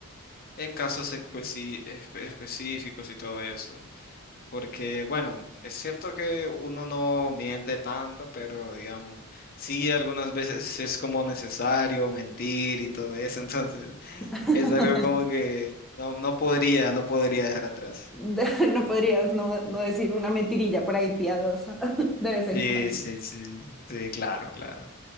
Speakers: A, on the left (about 40°); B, in the centre.
A: en casos espe- específicos y todo eso. Porque, bueno, es cierto que uno no miente tanto, pero digamos, sí, algunas veces es como necesario mentir y todo eso, <laughs> entonces
B: <laughs>
A: es algo como que no, no podría, no podría dejar atrás.
B: <laughs> No podrías no, no decir una mentirilla por ahí piadosa <laughs> de vez en
A: Sí,
B: cuando.
A: sí, sí, sí, claro, claro.